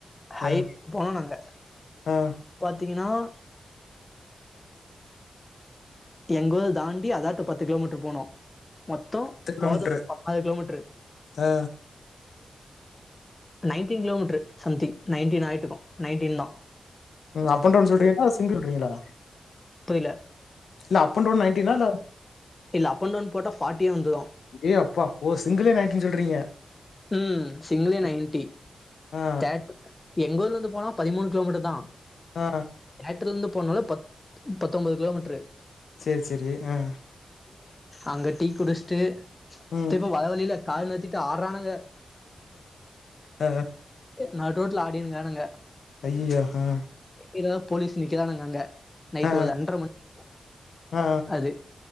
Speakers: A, on the left; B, on the left.
A: அ
B: ஹைவேக்கு போனோ நாங்க
A: அ
B: பாத்தீங்கனா <inaudible> எங்க ஊர் தாண்டி அதாட்டு பத்து கிலோமீட்ரு போனோ மொத்தோ
A: த்ரீ கிலோமீட்ரு
B: போறதுக்கு <inaudible> கிலோமீட்ரு <inaudible>
A: அ
B: nineteen kilometre something nineteen ஆயிட்ருக்கு நைன்டீன்தா
A: நீங்க அப் அண்ட் டவுன் சொல்றீங்களா சிங்கிள் சொல்றீங்களா
B: புரியில
A: இல்ல அப் அண்ட் டவுன் நைன்டீனா இல்ல
B: இல்ல அப் அண்ட் டவுன் போட்டா யே வந்துரும்.
A: ஏ அப்பா ஓ சிங்கிளே நைன்டீன் சொல்றீங்க
B: ம் சிங்கிளே நைன்டி
A: ஓகே. ஆ
B: தேட் எங்க ஊர்ல இருந்து போனா பதிமூணு கிலோமீட்ருதா
A: ஆ
B: ட்ருந்து போனனால பத் பத்தொம்போது கிலோமீட்ரு
A: சேரி சேரி ஆ
B: அங்க டீ குடிச்சுட்டு
A: ம்
B: திரும்ப வர வழியில காருல கத்திட்டு ஆட்றானுக அ
A: ஆ
B: டு நட் ரோட்ல ஆடினு இருக்கானுக
A: ஐயயோ ஆ
B: என்னனா போலீஸ் நிக்கிறாங்க அங்கங்க நைட்டு
A: ஆ
B: ஒரு ரெண்ட்ர மணி இருக்கு
A: ஆ
B: அது